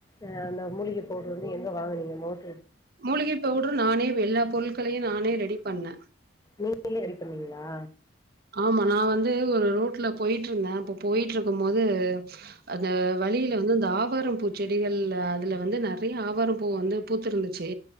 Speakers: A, on the left; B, on the right.
A: ஏன மூலிக பவுட்ரு வந்து எங்க வாங்குனீங்க மோச
B: மூலிகை பவுட்ரு நானே வெல்லா பொருள் ட்களயே நானே ரெடி பண்ணே
A: நீங்களே ரெடி பண்ணீங்ளா
B: ஆமா நா வந்து ஒரு ரோட்ல போயிட்ருந்தே அப்ப போயிட்ருக்கும் போது அந்த வழியில வந்து இந்த ஆவாரம் பூ செடிகள்ள அதுல வந்து நெர நெறய ஆவாரம் பூ வந்து பூத்து இருந்துச்சி